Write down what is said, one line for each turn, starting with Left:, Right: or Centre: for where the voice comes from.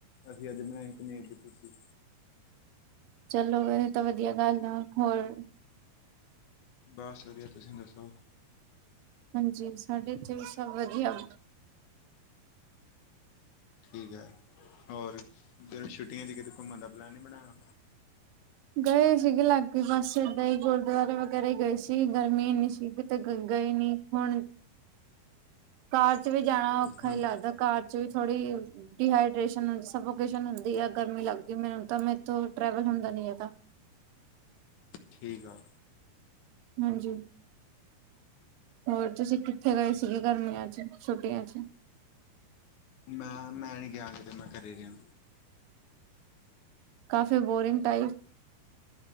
Left: ਅਸੀਂ ਅੱਜ ਬਣਾਈ ਪਨੀਰ ਦੀ ਭੁਰਜੀ।
Right: ਚਲੋ ਵ ਤਾਂ ਵਧੀਆ ਗੱਲ ਆ ਹੋਰ
Left: ਬਸ ਵਧੀਆ ਤੁਸੀਂ ਦੱਸੋ?
Right: ਹਾਂਜੀ ਸਾਡੇ ਇਥੇ ਵੀ ਸਭ ਵਧੀਆ।
Left: ਠੀਕ ਹੈ ਹੋਰ ਜਨ ਛੁੱਟੀਆਂ ਚ ਕਿਤੇ ਘੁੰਮਣ ਦਾ ਪਲੈਨ ਨੀ ਬਣਾਇਆ?
Right: ਗਏ ਸੀਗੇ ਲਾਗੇ ਪਾਸੇ ਇਏਦਾਂ ਹੀ ਗੁਰਦੁਆਰੇ ਵਗੈਰਾ ਹੀ ਗਏ ਸੀ ਗਰਮੀ ਇੰਨੀ ਸੀ। ਤੇ ਗਏ ਨੀ ਹੁਣ ਕਾਰ ਚ ਵੀ ਜਾਣਾ ਔਖਾ
Left: ਹੁਣ
Right: ਹੀ ਲੱਗਦਾ ਕਾਰ ਚ ਵੀ ਥੋੜੀ ਡੀਹਾਈਡੇਸ਼ਨ ਹ ਸਸ਼ਨ ਹੁੰਦੀ ਆ ਗਰਮੀ ਲੱਗ ਕੇ ਮੈਨੂੰ ਤਾਂ ਮੈਂ ਇਥੋਂ ਟਰੈਵਲ ਹੁੰਦਾ ਨੀ ਹੈ। ਤਾਂ।
Left: ਠੀਕ ਆ।
Right: ਹਾਂਜੀ ਹੋਰ ਤੁਸੀਂ ਕਿ। ਕਿੱਥੇ ਗਏ ਸੀਗੇ ਗਰਮੀਆਂ ਚ ਛੁਟੀਆਂ ਚ।
Left: ਮੈਂ ਮੈਂ ਨੀ ਗਿਆ ਜ ਮੈਂ ਘਰੇ ਰਿਹਾ।
Right: ਕਾਫੀ ਬੋਰਿੰਗ ਟਾਈਪ।